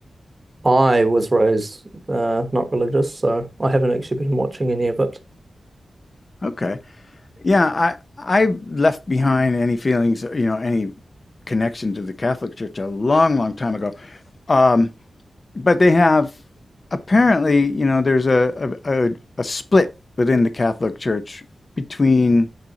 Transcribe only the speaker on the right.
I was raised uh, not religious, so I haven't actually been watching any of it.